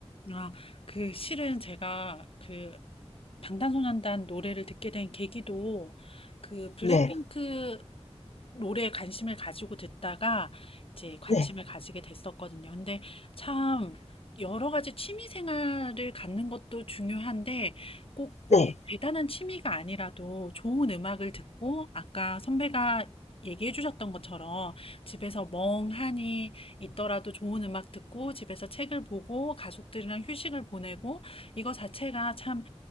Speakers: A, on the left (about 55°); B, on the left (about 85°).
A: 아, 그 실은 제가 그 방탄소년단 노래를 듣게 된 계기도 그 블랙핑크
B: 네.
A: 노래에 관심을 가지고 듣다가 이제 관심을
B: 네.
A: 가지게 됐었거든요. 근데 참 여러 가지 취미 생활을 갖는 것도 중요한데 꼭
B: 네.
A: 대단한 취미가 아니라도 좋은 음악을 듣고 아까 선배가 얘기해 주셨던 것처럼 집에서 멍하니 있더라도 좋은 음악 듣고 집에서 책을 보고 가족들이랑 휴식을 보내고 이거 자체가 참